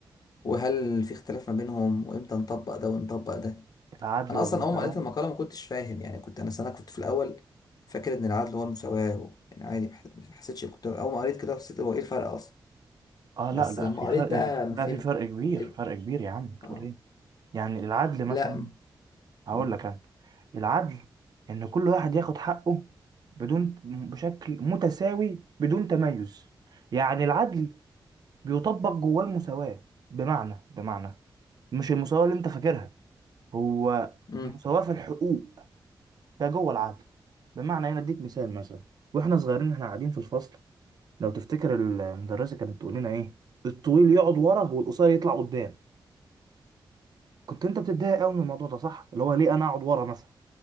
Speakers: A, on the left (about 50°); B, on the right (about 55°).
A: وهل في اختلاف ما بينهم وامتى نطبق ده ونطبق ده
B: العدل
A: انا
B: والمساواة
A: اصلا اول ما قريت المقالة ما كنتش فاهم يعني كنت انا سنة كنت في الاول فاكر ان العدل هو المساواة و... يعني عادي ما ح- ما حسيتش كنت اول ما قريت كده حسيت هو ايه الفرق اصلا
B: اه
A: بس
B: لا لا
A: لما
B: في
A: قريت
B: فرق
A: بقى
B: ج-
A: ما
B: لا
A: فهمت
B: في فرق كبير
A: إيه-
B: فرق كبير يا عم بتقول
A: آه.
B: ايه يعني العدل
A: لا
B: مثلا
A: م...
B: هقول لك انا العدل ان كل واحد ياخد حقه بدون بشكل متساوي بدون تميز يعني العدل بيطبق جواه المساواة بمعنى بمعنى مش المساواة اللي انت فاكرها هو
A: م...
B: مساواة في الحقوق ده جوه العدل بمعنى انا اديك مثال مثلا واحنا صغيرين احنا قاعدين في الفصل لو تفتكر المدرسة كانت تقول لنا ايه الطويل يقعد ورا والقصير يطلع قدام كنت انت بتتضايق قوي من الموضوع ده صح اللي هو ليه انا اقعد ورا مثلا